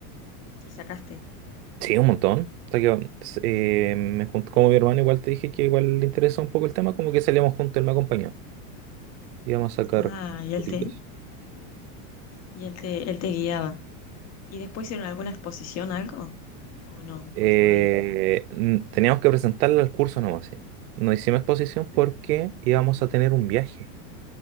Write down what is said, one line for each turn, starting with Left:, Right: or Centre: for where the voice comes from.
Left: Y sacaste.
Right: Sí, un montón. Hasta que, eh, me junto, como mi hermano igual te dije que igual le interesa un poco el tema, como que salíamos juntos, él me acompañó. Íbamos a sacar
Left: Ah, y
Right: fotitos.
Left: él te, y él te, él te guiaba. ¿Y después hicieron alguna exposición, algo? ¿O no?
Right: Eh,
Left: ¿O quedó ahí?
Right: n- teníamos que presentarla al curso nomás, sí. No hicimos exposición porque íbamos a tener un viaje